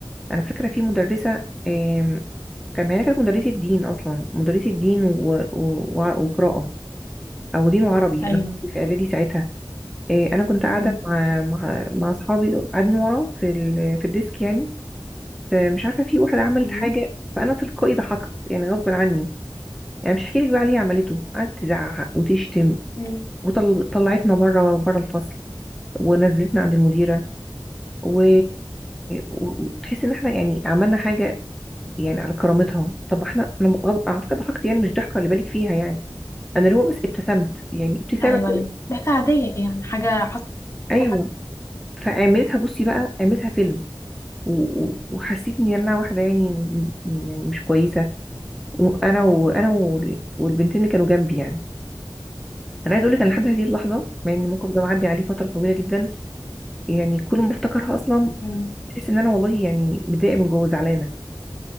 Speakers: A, in the centre; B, on the left (about 35°).
A: انا فاكره في مدرسه آم، كان هي كانت مدرسه دين اصلا مدرسه دين و... و... و... وقراءه او دين وعربي
B: ايوه
A: انا كنت في اعدادي ساعتها آه، انا كنت قاعده
B: مم.
A: مع مع مع اصحابي قاعدين ورا في ال... في الديسك يعني فمش عارفه في واحد عملت
B: مم.
A: حاجه فانا تلقائي ضحكت يعني غصب عني يعني مش هحكي لك بقى عليه عملته قعدت تزعق وتشتم
B: مم.
A: وطلعتنا بره بره الفصل ونزلتنا عند المديره و... و- وتحس ان احنا يعني عملنا حاجه يعني على كرامتها طب احنا انا غضب على فكره ضحكت يعني مش ضحكه اللي بالك فيها يعني انا اللي هو بس ابتسمت يعني ابتسامه
B: ايوه
A: كده
B: ايوه ضحكة عادية يعني حاجة حصلت
A: ايوه
B: حاجة
A: فعملتها بصي
B: مم.
A: بقى عملتها فيلم و... و- وحسيت ان انا واحده يعني يعني مش كويسه وانا وانا وال- والبنتين اللي كانوا جنبي يعني انا عايزه اقول لك انا لحد هذه اللحظه مع ان الموقف ده معدي عليه فتره طويله جدا يعني كل ما افتكرها اصلا
B: مم.
A: بحس ان انا والله يعني متضايقه من جوه زعلانه